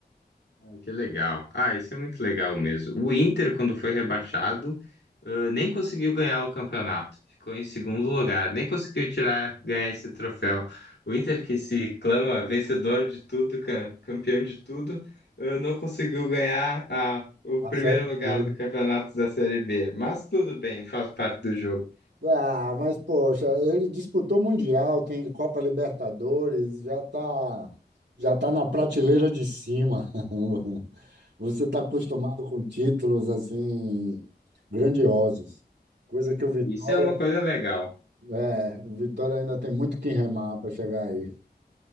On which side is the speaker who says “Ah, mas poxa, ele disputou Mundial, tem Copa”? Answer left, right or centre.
Right